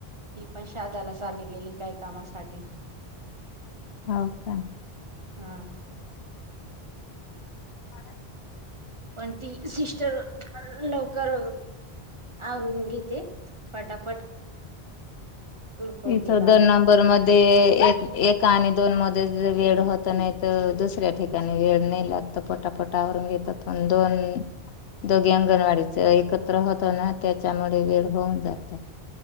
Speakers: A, on the right; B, on the left.
A: ती पण शहादाला चाली गेली काही कामासाठी
B: हो का
A: हा
B: <unintelligible>
A: पण ती सिस्टर लवकर आवरून घेते पटापट उरकवते
B: इथं
A: काम
B: दोन नंबर मध्ये एक एक आणि दोन म वेड होत नाही तर दुसऱ्या ठिकाणी वेड नाही लागत पटापटा आवरुन घेतात पण दोन दोघे अंगणवाडीच एकत्र होत ना त्याच्यामुळे वेड होऊन जात.